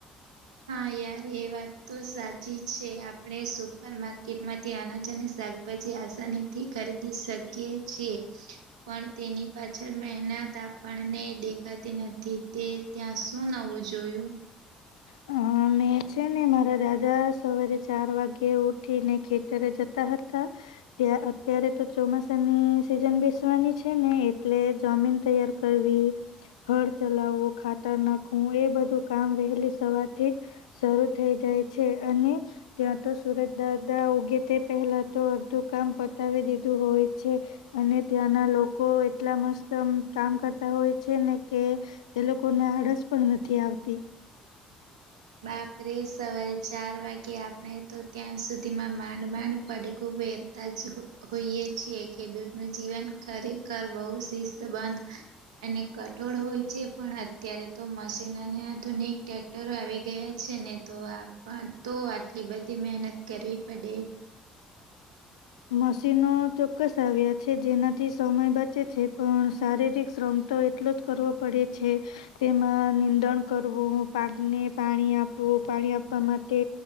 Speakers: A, on the right; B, on the left.
A: હા યાર એ વાત તો સાચી છે આડે સુપર માર્કેટ માંથી અનાજ અને શાકભાજી આસાની થી ખરીદી શકીએ છીએ પણ તેની પાછળ મેના તો આપણને દેખાતી નથી તે ત્યાં શું નવું જોયું?
B: હમ. મેં છે ને મારા દાદા સવારે ચાર વાગ્યે ઉઠીને ખેતરે જતા હતા તે અ અત્યારે તો ચોમાસાની સિઝન બેસવાની છે ને એટલે જમીન તૈયાર કર ને હળ ચલાવું ખાતર નાખવું એ બધું કામ વહેલી સવાર થી જ શરૂ થઈ જાય છે અને ત્યાં તો સુરજ દાદા ઉગે તે પહેલા તો અડધું કામ પતાવી દીધું હોય છે અને ત્યાંના લોકો એટલા મસ્ત કામ કરતા હોય છે ને કે તે લોકોને આડસ પણ નથી આવતી
A: આપે સવારે ચાર વાગે આપણે તો ત્યાં સુધી માં માંડ માંડ પડકું વેર જ હોઈએ છીએ ખેડૂત નું જીવન ખરેખર બહુ શિસ્ત બંધ અને કઠોળ હોય છે પણ અત્યારે તો મશીન અને આધુનિક ટટેક્ટરો આવી ગયા છે ને તો આપ તો આટલી બધી મહેનત કરવી પડે
B: મશીનો ચોક્કસ આવ્યા છે જેનાથી સમય બચે છે પણ શારીરિક શ્રમ તો એટલો જ કરવો પડે છે તેમાં નિંદણ કરવું પાકને પાણી આપવું પાણી આપવા માટે